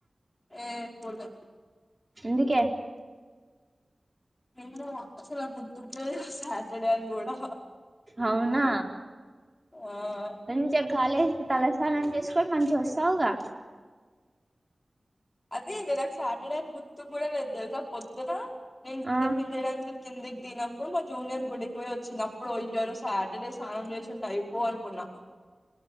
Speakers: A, on the left; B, on the right.
A: ఏ పో <unintelligible>
B: ఎందుకే
A: నిన్ను అసల గుర్తులేదు సాటర్డే అని కూడా
B: అవునా
A: ఆ
B: మంచిగ కాలేజ్కి తలస్నానం చేస్కొన్ మంచిగ్ వస్తావుగా
A: అదే మీ నాక్ సాటర్డే అని గుర్తు కూడా లేద్ తెల్సా పొద్దున నేన్
B: ఆ
A: టిఫిన్ చేయడానికి కిందిక్ దిగిప్పుడు మా జూనియర్ గుడికి పోయి వచ్చినప్పుడు ఇయ్యల సాటర్డే స్నానం చేసుంటే అయిపోవ్ అనుకున్నా.